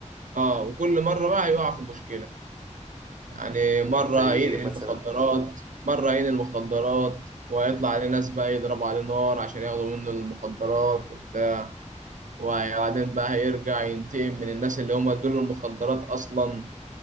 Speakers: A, on the right; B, on the right.
A: اه وكل مره بقى يقع في مشكله يعني
B: مم،
A: مره
B: زي
A: ينقل
B: ايه مثلا
A: مخدرات مره ينقل مخدرات وهيطلع عليه ناس بقى يضربوا عليه نار عشان ياخدوا منه المخدرات وبتاع وبعدين بقى هيرجع ينتقم من الناس اللي هم ادوا له المخدرات اصلا